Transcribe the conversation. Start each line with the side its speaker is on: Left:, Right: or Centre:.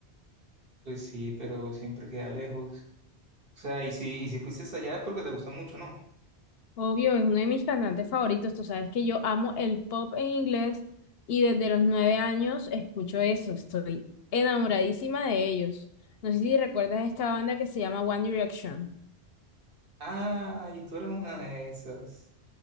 Right: Pues sí, pero siempre queda lejos. O sea, y si, y si fuiste hasta allá es porque te gustó mucho, ¿no?
Left: Obvio, es uno de mis cantantes favoritos. Tú sabes que yo amo el pop en inglés y desde los nueve años escucho eso. Estoy enamoradísima de ellos. No sé si recuerdas esta banda que se llama One Direction.
Right: Ah, y tú eres una de esas.